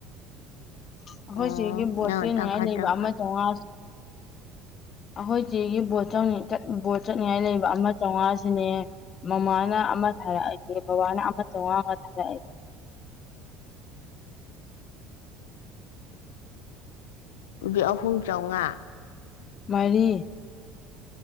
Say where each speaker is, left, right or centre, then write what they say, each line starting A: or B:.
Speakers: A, on the left; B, on the left.
A: ꯑꯩꯈꯣꯏ
B: ꯎꯝ
A: ꯁꯤꯒꯤ ꯕꯣꯠ
B: ꯅꯪ
A: ꯆꯦꯅꯤꯡꯉꯥꯏ
B: ꯇꯪꯈꯥꯏ
A: ꯂꯩꯕ
B: ꯇꯪꯈꯥꯏ
A: ꯑꯃ ꯆꯥꯝꯉꯥ ꯑꯩꯈꯣꯏꯁꯤꯒꯤ ꯕꯣꯠ ꯕꯣꯠ ꯆꯠꯅꯤꯡꯉꯥꯏ ꯂꯩꯕ ꯑꯃ ꯆꯥꯝꯃꯉꯥꯁꯤꯅꯦ ꯃꯃꯥꯅ ꯑꯃ ꯊꯥꯔꯛꯑꯒꯦ ꯕꯕꯥꯅ ꯑꯃ ꯆꯥꯃꯉꯥ ꯑꯃ ꯊꯥꯔꯛꯑꯒꯦ
B: ꯑꯗꯨꯗꯤ ꯑꯍꯨꯝ ꯆꯥꯝꯃꯉꯥ
A: ꯃꯔꯤ